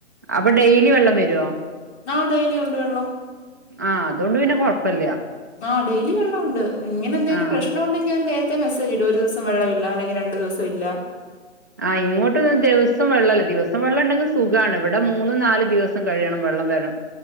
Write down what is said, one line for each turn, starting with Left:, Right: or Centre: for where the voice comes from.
Right: അപ്പൊ ഡെയിലി വെള്ളം
Left: <unintelligible>
Right: വരുവോ
Left: ആഹ് ഡൈലി ഉണ്ട് വെള്ളം.
Right: ആഹ് അതുകൊണ്ട് പിന്നെ കൊഴപ്പല്ല
Left: ആഹ് ഡെയിലി വെള്ളണ്ട്. ഇങ്ങനെ എന്തെങ്കിലും
Right: ആഹ്
Left: പ്രശ്നം ഉണ്ടെങ്കി അവ നേര <unintelligible> മെസ്സേജി ഒരു സം വെള്ളമില്ല അല്ലെങ്കി രണ്ടു ദിവസം ഇല്ല
Right: ആ ഇങ്ങോട്ടൊന്നും ദെവസം വെള്ളല്ല ദിവസം വെള്ളം ഉണ്ടെങ്കി സുഗാണ് ഇവിടെ മൂന്നും നാല് ദിവസം കഴിയണം വെള്ളം വരം